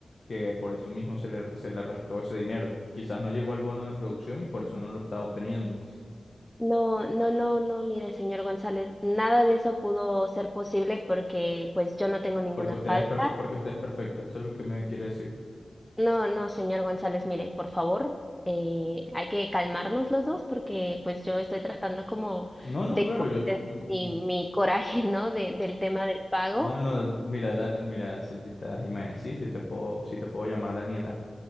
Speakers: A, on the left; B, in the centre.
A: que por eso mismo se le, se le restó ese dinero. Quizás no llegó al bono de producción y por eso no lo está obteniendo.
B: No, no, no, no, mire, señor González, nada de eso pudo ser posible porque pues yo no tengo ninguna
A: Porque usted
B: falta.
A: es, perf- porque usted es perfecta, eso es lo que me quiere decir.
B: No, no, señor González, mire, por favor, eh, hay que calmarnos los dos porque pues yo estoy tratando como
A: No, no,
B: de
A: claro,
B: contener
A: yo... mm,
B: mi,
A: mm,
B: mi coraje, ¿no? De, del tema del pago,
A: No, no, mira, da- mira, señorita Jiménez, sí, sí te puedo, sí te puedo llamar Daniela.